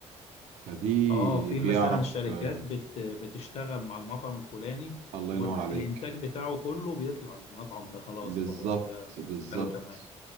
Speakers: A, on the right; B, on the left.
A: فدي
B: اه في
A: بيعرف
B: مثلا شركات
A: آه،
B: بت بتشتغل مع المطعم الفلاني
A: الله
B: هو
A: ينور
B: الانتاج
A: عليك
B: بتاعه كله بيطلع للمطعم ده خلاص
A: بالظبط
B: فهو كده بالنسبه
A: بالظبط
B: له تمام